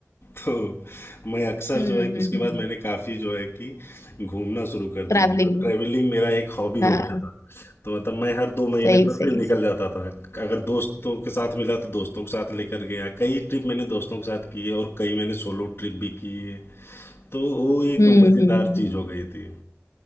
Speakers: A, on the left (about 50°); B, on the left (about 80°).
A: तो मैं अक्सर
B: हम्म
A: जो है कि उसके बाद मैंने काफ़ी जो है कि घूमना शुरू कर
B: ट्रैवलिंग
A: दिया मतलब ट्रैवलिंग मेरा एक हॉबी हो
B: हाँ
A: गया था तो मतलब मैं हर दो महीने
B: सही
A: पर
B: सही
A: फिर निकल
B: सही
A: जाता था अगर दोस्तों के साथ मिला तो दोस्तों के साथ लेकर गया कई ट्रिप मैंने दोस्तों के साथ किए और कई मैंने सोलो ट्रिप भी किए तो वो एक
B: हम्म
A: मज़ेदार
B: हम्म
A: चीज़ हो गई थी